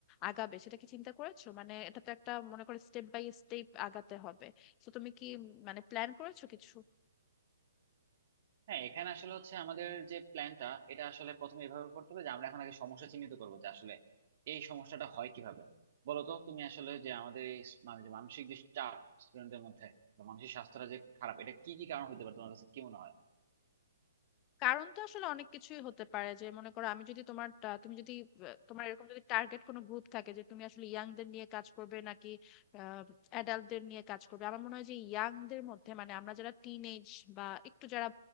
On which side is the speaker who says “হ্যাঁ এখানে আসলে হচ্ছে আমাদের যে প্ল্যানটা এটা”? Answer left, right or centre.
Right